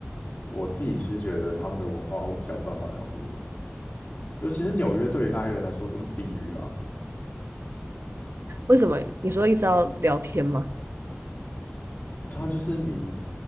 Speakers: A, on the left (about 35°); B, on the right (about 75°).
A: 我自己是觉得他们的文化我比较有办法融入啊，尤其是纽约对于 i 人来说更地狱啊，
B: 为什么？你说一直要聊天吗？
A: 它就是你